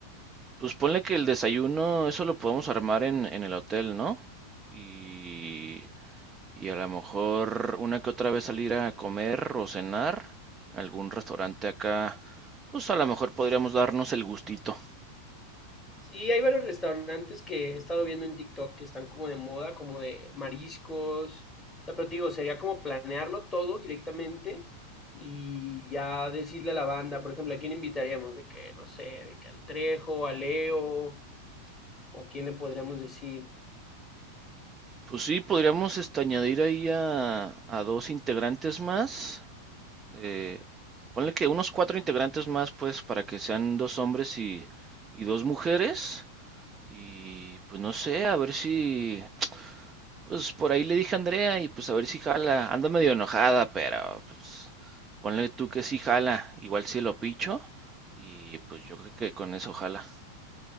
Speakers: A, on the right; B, on the left.
A: Pues ponle que el desayuno, eso lo podemos armar en, en el hotel, ¿no? Y, y a lo mejor una que otra vez salir a comer o cenar, en algún restaurante acá, pues a lo mejor podríamos darnos el gustito.
B: Sí, hay varios restaurantes que he estado viendo en TikTok que están como de moda, como de mariscos. O sea, pero te digo, sería como planearlo todo directamente y ya decirle a la banda, por ejemplo, ¿a quién invitaríamos? De que, no sé, de que al Trejo, a Leo, o a quién le podríamos decir.
A: Pues sí, podríamos este, añadir ahí a, a dos integrantes más. eh, ponle que unos cuatro integrantes más, pues, para que sean dos hombres y, y dos mujeres. Y pues no sé, a ver si, pues por ahí le dije a Andrea y pues a ver si jala. Anda medio enojada, pero pues ponle tú que sí jala, igual si lo picho. Y pues yo creo que con eso jala